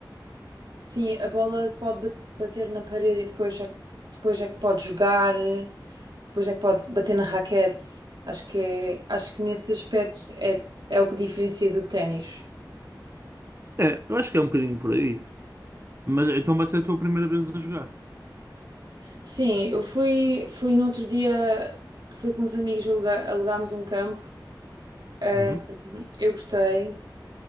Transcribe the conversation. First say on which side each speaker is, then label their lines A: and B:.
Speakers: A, on the right; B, on the right.
A: Sim, a bola pode ba- bater na parede e depois é, que- depois é que pode jogar, depois é que pode bater na raquete. Acho que é, acho que nesse aspecto é, é o que diferencia do ténis.
B: É, eu acho que é um bocadinho por aí, mas então vai ser a tua primeira vez a jogar.
A: Sim, eu fui, fui no outro dia, fui com uns amigos, aluga- alugámos um campo. Ahm,
B: Uhum.
A: eu gostei